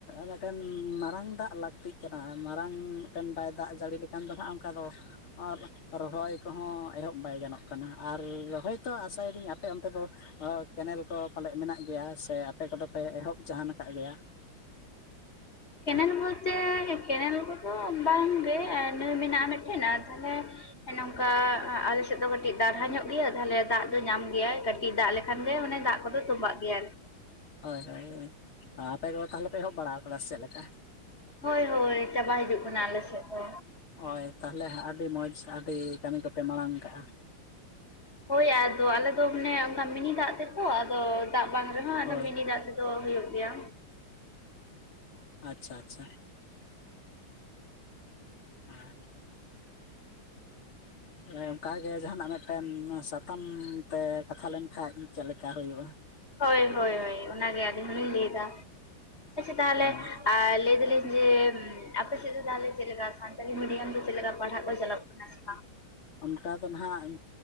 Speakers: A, on the left; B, on the left.
A: ᱢᱮᱴᱮᱱ ᱢᱟᱨᱟᱝ ᱫᱟᱜ ᱞᱟᱹᱠᱛᱤᱜ ᱠᱟᱱᱟ ᱢᱟᱨᱟᱝ ᱢᱤᱫᱴᱮᱱ ᱵᱟᱭ ᱫᱟᱜ ᱡᱟᱹᱲᱤ ᱞᱮᱠᱷᱟᱱ, ᱮᱠᱷᱟᱱ ᱫᱚ ᱦᱟᱸᱜ ᱚᱱᱠᱟ ᱫᱚ ᱟᱨ ᱨᱚᱦᱚᱭ ᱠᱚᱦᱚᱸ ᱮᱦᱚᱵ ᱵᱟᱭ ᱜᱟᱱᱚᱜ ᱠᱟᱱᱟ ᱟᱨ ᱨᱚᱦᱚᱭᱛᱚ ᱟᱥᱟᱭᱮᱫᱟᱹᱧ ᱟᱯᱮ ᱚᱱᱛᱮ ᱫᱚ ᱠᱮᱱᱮᱞ ᱠᱚ ᱯᱟᱞᱮᱫ ᱢᱮᱱᱟᱜ ᱜᱮᱭᱟ ᱥᱮ ᱟᱯᱮ ᱠᱚᱫᱚ ᱯᱮ ᱮᱦᱚᱵ ᱡᱟᱦᱟᱱ ᱟᱠᱟᱫ ᱜᱮᱭᱟ,
B: ᱠᱮᱱᱮᱞ ᱵᱚᱞᱛᱮ ᱠᱮᱱᱮᱞ ᱠᱚᱫᱚ ᱵᱟᱝ ᱜᱮ ᱱᱟᱹ ᱢᱮᱱᱟᱜᱼᱟ ᱢᱤᱫ ᱴᱮᱱ ᱛᱟᱦᱞᱮ ᱱᱚᱝᱠᱟ ᱟᱞᱮ ᱥᱮᱫ ᱫᱚ ᱠᱟᱹᱴᱤᱡ ᱫᱟᱨᱦᱟ ᱧᱚᱜ ᱜᱮᱭᱟ ᱛᱟᱦᱞᱮ ᱫᱟᱜ ᱫᱚ ᱧᱟᱢ ᱜᱮᱭᱟᱭ ᱠᱟᱹᱴᱤᱡ, ᱫᱟᱜ ᱞᱮᱠᱷᱟᱱ ᱜᱮ ᱢᱟᱱᱮ ᱫᱟᱜ ᱠᱚᱫᱚ ᱛᱩᱵᱟᱜ ᱜᱮᱭᱟ ᱦᱟᱜ
A: ᱦᱳᱭ ᱦᱳᱭ ᱟᱯᱮ ᱠᱚᱫᱚ ᱛᱟᱦᱚᱞᱮ ᱯᱮ ᱮᱦᱚᱵ ᱵᱟᱲᱟ ᱟᱠᱟᱫᱟ ᱥᱮ ᱪᱮᱫ ᱞᱮᱠᱟ?
B: ᱦᱳᱭ ᱦᱳᱭ ᱪᱟᱵᱟ ᱦᱤᱡᱩᱜ ᱠᱟᱱᱟ ᱟᱞᱮ ᱥᱮᱫ ᱫᱚ,
A: ᱦᱳᱭ ᱛᱟᱦᱚᱞᱮ ᱟᱹᱰᱤ ᱢᱚᱡᱽ ᱟᱹᱰᱤ ᱠᱟᱹᱢᱤ ᱠᱚᱯᱮ ᱢᱟᱲᱟᱝ ᱠᱟᱜᱼᱟ,
B: ᱦᱳᱭ ᱟᱫᱚ ᱟᱞᱮ ᱫᱚ ᱟᱱᱮ ᱚᱱᱠᱟ ᱢᱤᱱᱤ ᱫᱟᱜ ᱛᱮᱫ ᱟᱫᱚ ᱫᱟᱜ ᱵᱟᱝ ᱨᱮᱦᱚᱸ ᱟᱫᱚ
A: ᱦᱳᱭ
B: ᱢᱤᱱᱤ ᱫᱟᱜ ᱛᱮᱫᱚ ᱦᱩᱭᱩᱜ ᱜᱮᱭᱟ
A: ᱟᱪᱷᱟ ᱟᱪᱷᱟ, ᱦᱮᱸ ᱦᱮ ᱚᱱᱠᱟᱟᱜ ᱜᱮ ᱡᱟᱦᱟᱱᱟᱜ ᱢᱤᱫ ᱴᱮᱱ ᱥᱟᱛᱟᱢ ᱛᱮ ᱠᱟᱛᱷᱟ ᱞᱮᱱᱠᱟᱱᱡ ᱪᱮᱫ ᱞᱮᱠᱟ ᱦᱩᱭᱩᱜᱼᱟ?
B: ᱦᱳᱭ ᱦᱳᱭ ᱦᱳᱭ ᱚᱱᱟᱜᱮ ᱟᱹᱞᱤᱧ ᱦᱚᱞᱤᱧ ᱞᱟᱹᱭᱫᱟ ᱛᱟᱦᱚᱞᱮ
A: ᱦᱳᱭ
B: ᱞᱟᱹᱭ ᱫᱤᱧ ᱡᱮ ᱟᱯᱮ ᱥᱮᱫ ᱫᱚ ᱛᱟᱦᱚᱞᱮ ᱪᱮᱫ ᱞᱮᱠᱟ ᱥᱟᱱᱛᱟᱞᱤ ᱢᱤᱰᱤᱭᱟᱢ ᱨᱮ ᱪᱮᱫ ᱞᱮᱠᱟ ᱯᱟᱲᱦᱟᱜ ᱠᱚ ᱪᱟᱞᱟᱜ ᱠᱟᱱᱟ ᱥᱮ ᱵᱟᱝ?
A: ᱚᱱᱠᱟ ᱫᱚ ᱱᱟᱦᱟᱜ,